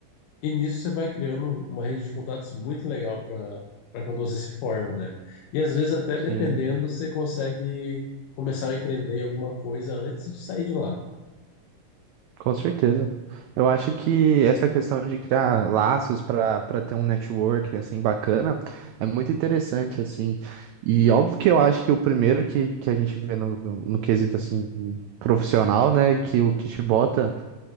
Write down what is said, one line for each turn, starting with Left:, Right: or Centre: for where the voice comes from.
Left: E nisso você vai criando uma rede de contatos muito legal para para quando você se forma, né? E às vezes até
Right: Sim,
Left: dependendo, você consegue começar a empreender em alguma coisa antes de sair de lá.
Right: com certeza. Eu acho que essa questão de criar laços para para ter um network assim bacana é muito interessante assim. E óbvio que eu acho que o primeiro que, que a gente vê no, no quesito assim profissional, né, que o que te bota,